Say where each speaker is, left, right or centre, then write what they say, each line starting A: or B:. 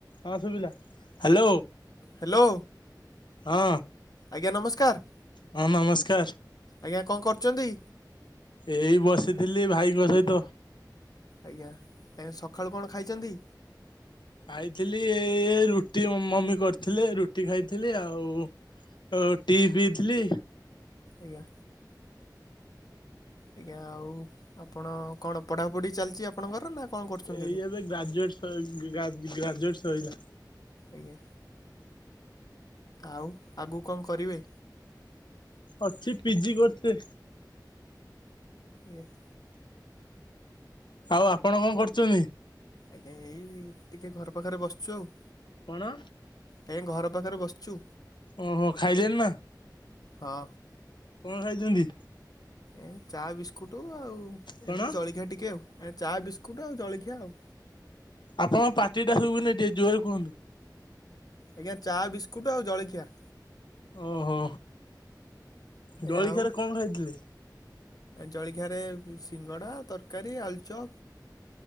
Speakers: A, on the left; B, on the left.
A: ହଁ ସୁଭିଲା ହ୍ୟାଲୋ
B: ହ୍ୟାଲୋ
A: ହଁ
B: ଆଜ୍ଞା ନମସ୍କାର
A: ହଁ ନମସ୍କାର
B: ଆଜ୍ଞା କଣ କରୁଛନ୍ତି?
A: ଏଇ ବସିଥିଲି ଭାଇଙ୍କ ସହିତ।
B: ଆଜ୍ଞା ଏ ସକାଳୁ କଣ ଖାଇଛନ୍ତି?
A: ଖାଇଥିଲି ଏଇ ରୁଟି ମମି କରିଥିଲେ ରୁଟି ଖାଇଥିଲି ଆଉ ଆଉ ଟି ପିଇଥିଲି।
B: ଆଜ୍ଞା ଆଜ୍ଞା ଆଉ ଆପଣ କ ଣ ପଢ଼ାପଢ଼ି ଚାଲିଛି ଆପଣଙ୍କର ନା କଣ କରୁଛନ୍ତି
A: ଏଇ ଏବେ ଗ୍ରାଜୁଏଟ ଗ୍ରାଜୁଏଟ ସରିଲା।
B: ଆଜ୍ଞା ଆଉ ଆଗକୁ କଣ କରିବେ?
A: ଅଛି ପିଜି କରିଛେ
B: ଏ <inaudible>
A: ଆଉ ଆପଣ କଣ କରୁଛନ୍ତି?
B: ଆଜ୍ଞା ଏଇ ଟିକେ ଘର ପାଖରେ ବସିଛୁ ଆଉ।
A: କଣ?
B: ଆଜ୍ଞା ଘର ପାଖରେ ବସିଛୁ
A: ଓହୋ ଖାଇଲେଣି ନା
B: ହଁ।
A: କଣ ଖାଇଛନ୍ତି?
B: ଏ ଚା ବିସ୍କୁଟ ଆଉ
A: କଣ
B: ଏମିତି ଜଳିଖିଆ ଟିକେ ଆଉ ଏ ଚା ବିସ୍କୁଟ ଆଉ ଜଳିଖିଆ ଆଉ
A: ଆପଣଙ୍କ ପାଟିଟା ସୁବୁନି ଟିକେ ଜୋରରେ କୁହନ୍ତୁ।
B: ଆଜ୍ଞା ଚା ବିସ୍କୁଟ ଆଉ ଜଳଖିଆ।
A: ଓହୋ ଜଳଖିଆରେ
B: ଏ ଆଉ
A: କଣ ଖାଇଥିଲେ?
B: ଜଳଖିଆ ରେ ସିଙ୍ଗଡ଼ା ତରକାରୀ ଆଳୁଚପ।